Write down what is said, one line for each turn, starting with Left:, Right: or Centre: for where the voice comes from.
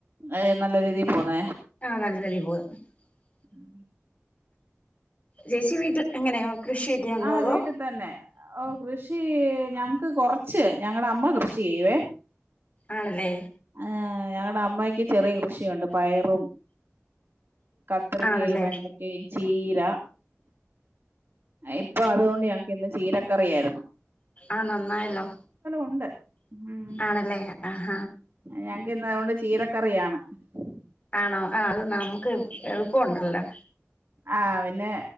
Right: ഏ നല്ല രീതിയിൽ പോന്ന
Left: <unintelligible>
Right: ഉം
Left: ചേച്ചി വീട്ടിൽ എങ്ങനെയാ കൃഷിയൊക്കെയ ഉണ്ടോ
Right: ആ
Left: അതോ
Right: വീട്ടിൽ തന്നെ. ഓ കൃഷി ഞങ്ങക്ക് കൊറച്ച് ഞങ്ങള അമ്മ കൃഷി ചെയ്യുവേ
Left: ആണല്ലേ
Right: ആഏർ ഞങ്ങളുടെ അമ്മക്ക് ചെറിയ കൃഷിയുണ്ട് പയറും കത്രിരിക്ക
Left: ആണല്ലേ
Right: വെണ്ടക്ക ചീര ഇപ്പൊ അതുകൊണ്ട് ഞങ്ങക്ക് ഇന്ന് ചീര കറിയായിരുന്നു
Left: ആഹ നന്നായല്ലോ
Right: ഉണ്ട് ഉം
Left: ആണല്ലേ ആഹ
Right: ഞങ്ങക്ക് ഇന്ന അതുകൊണ്ട് ചീരക്കറിയാണ് ആ
Left: ആണോ ആ അത് നമുക്ക് എളുപ്പുണ്ടല്ലോ
Right: ആ പിന്നെ